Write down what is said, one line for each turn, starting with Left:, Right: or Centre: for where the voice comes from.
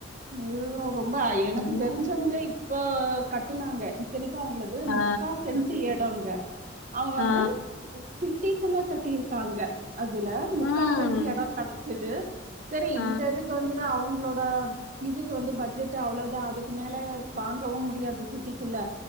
Right: முழு ரொம்ப எனக்கு
Left: ம்.
Right: தெரிஞ்சு வங்க இப்ப கட்டுனாங்க இத்தனைக்கு அவங்களது
Left: ஆ,
Right: முக்கா சென்ட்டு எடங்க அவுங்க வந்து
Left: ஆ,
Right: சிட்டிக்குள்ள கட்டியிருக்காங்க அதுல
Left: ம்.
Right: முக்கா சென்ட்டு எடோ ஞ்சது செரி
Left: ஆ,
Right: இந்த இதுக்கு வந்துதா அவுங்களோட இதுக்கு வந்து பட்ஜெட் அவ்ளோ தா அதுக்கு மேல வாங்கவு முடியாது சிட்டிக்குள்ள